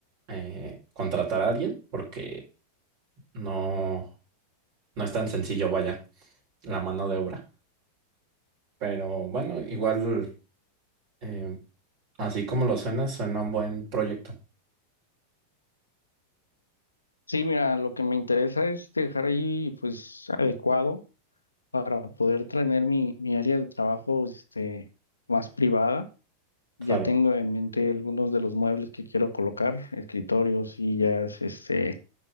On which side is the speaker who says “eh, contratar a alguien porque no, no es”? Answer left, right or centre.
Right